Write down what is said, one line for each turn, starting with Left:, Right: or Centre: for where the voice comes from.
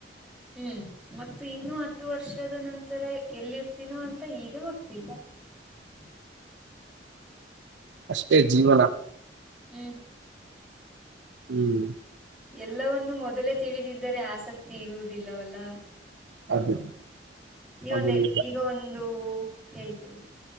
Centre: ಹ್ಮ್ ಮತ್ತ ಇನ್ನುೂ ಹತ್ತು ವರ್ಷದ ನಂತರ ಎಲ್ಲಿರ್ತೀನೋ ಅಂತ ಹೀಗ ಗೊತ್ತಿಲ್ಲ ಹ
Right: ಅಷ್ಟೇ ಜೀವನ
Centre: ಹ್ಮ್
Right: ಹ್ಮ್
Centre: ಎಲ್ಲವನ್ನೂ ಮೊದಲೇ ತಿಳಿದಿದ್ದರೆ ಆಸಕ್ತಿ ಇರುವುದಿಲ್ಲವಲ್ಲ
Right: ಅದು
Centre: ಈ
Right: ಅದು
Centre: ಒಂದು
Right: ನಿಜ
Centre: ಈಗ ಒಂದು ಹೇಳ್ತೀನಿ